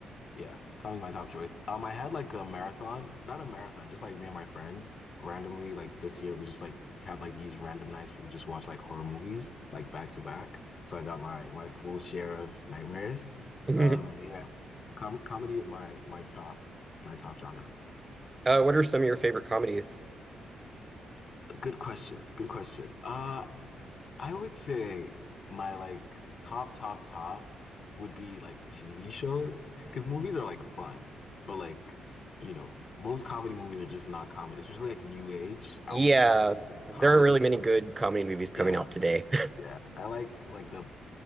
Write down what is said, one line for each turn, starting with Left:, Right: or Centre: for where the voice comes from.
Left: yeah, comedy is my top choice. Um, I had like a marathon, not a marathon, just like me and my friends randomly like this year we just like had like these random nights we would just watch like horror movies like back to back. So I got my my full share of nightmares.
Right: <laughs>
Left: Um, but yeah, com comedy is my my top my top genre.
Right: Uh what are some of your favorite comedies?
Left: Good question. Good question. Uh, I would say my like top, top, top would be like TV shows because movies are like fun, but like, you know, most comedy movies are just not comedy, especially like New Age.
Right: Yeah,
Left: I would consider them as like
Right: there
Left: comedy.
Right: are really many good comedy movies coming
Left: Yeah,
Right: out today. <laughs>
Left: yeah. I like like the